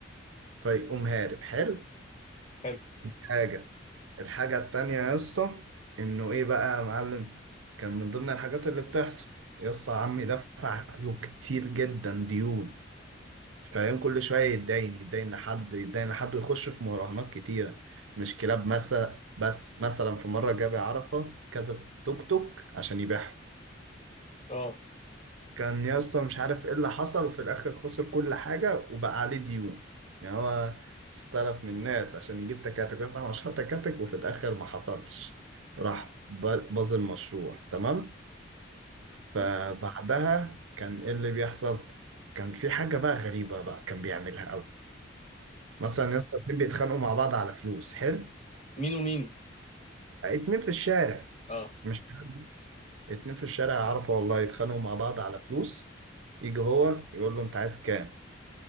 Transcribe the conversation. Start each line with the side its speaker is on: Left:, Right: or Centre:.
Right: فيقوم هارب حلو
Left: حلو
Right: حاجة الحاجة التانية يا اسطى انه ايه بقى يا معلم كان من ضمن الحاجات اللي بتحصل يا اسطى عمي دفع له كتير جدا ديون فاهم كل شوية يتداين يتداين لحد يتداين لحد ويخش في مراهنات كتيرة مش كلاب مثلا بس مثلا في مرة جاب عرفة كذا توك توك عشان يبيعهم
Left: اه
Right: كان يا اسطى مش عارف ايه اللي حصل وفي الاخر خسر كل حاجه وبقى عليه ديون يعني هو استلف من الناس عشان يجيب تكاتك ويفتح مشروع تكاتك وفي الاخر ما حصلش راح ب- باظ المشروع تمام فبعدها
Left: <laughs>
Right: كان ايه اللي بيحصل كان في حاجه بقى غريبه بقى كان بيعملها قوي مثلا يا اسطى اتنين بيتخانقوا مع بعض على فلوس حلو
Left: مين ومين
Right: اتنين في الشارع
Left: اه
Right: مش حد اتنين في الشارع يعرفوا والله يتخانقوا مع بعض على فلوس يجي هو يقول له انت عايز كام